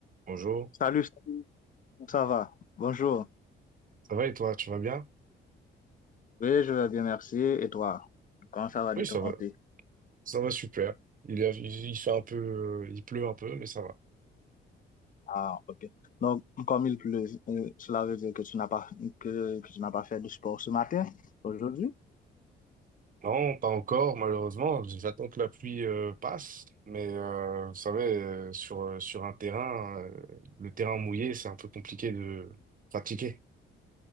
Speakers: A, on the right (about 45°); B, on the left (about 40°).
A: Bonjour,
B: Salut, salut, comment ça va? Bonjour.
A: ça va et toi, tu vas bien?
B: Oui, je vais bien, merci. Et toi? Comment ça va
A: Oui,
B: de
A: ça
B: ton côté?
A: va, ça va super. Il, a- il fait un peu, euh, il pleut un peu, mais ça va.
B: Ah, ok. Donc, comme il pleut, euh, cela veut dire que tu n'as pas, que, que tu n'as pas fait de sport ce matin, aujourd'hui?
A: Non, pas encore, malheureusement. J'attends que la pluie euh, passe, mais euh, vous savez, euh, sur, euh, sur un terrain, euh, le terrain mouillé, c'est un peu compliqué de pratiquer.